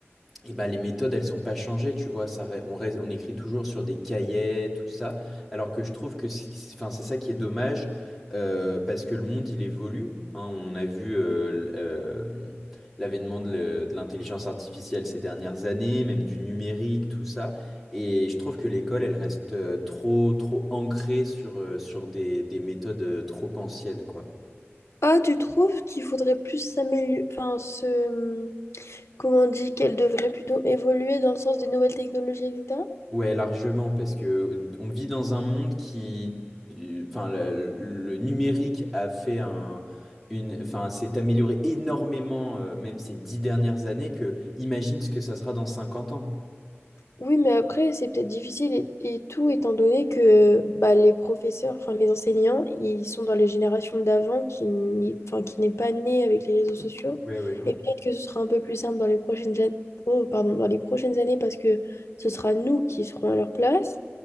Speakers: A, in the centre; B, on the left (about 85°).
A: Et ben, les méthodes, elles n'ont pas changé, tu vois, ça, re- on, reste- on écrit toujours sur des cahiers, tout ça, alors que je trouve que c'est enfin, c'est ça qui est dommage, euh, parce que le monde, il évolue, hein, on a vu euh, l- euh, l'avènement de le- de l'intelligence artificielle ces dernières années, même du numérique, tout ça, et je trouve que l'école, elle reste euh, trop, trop ancrée sur, euh, sur des, des méthodes euh, trop anciennes, quoi.
B: Ah, tu trouves qu'il faudrait plus s'améliorer, enfin, se... comment on dit, qu'elle devrait plutôt évoluer dans le sens des nouvelles technologies, etc.
A: Ouais, largement, parce que on vit dans un monde qui, enfin, le, le numérique a fait un, une, enfin, s'est amélioré énormément, euh, même ces dix dernières années, que imagine ce que ça sera dans 50 ans.
B: Oui, mais après, c'est peut-être difficile et, et tout, étant donné que bah, les professeurs, enfin les enseignants, ils sont dans les générations d'avant qui n'est enfin, qui n'est pas née avec les réseaux sociaux.
A: Oui, oui.
B: Et peut-être que ce sera un peu plus simple dans les prochaines, ja- oh, pardon, dans les prochaines années parce que ce sera nous qui serons à leur place.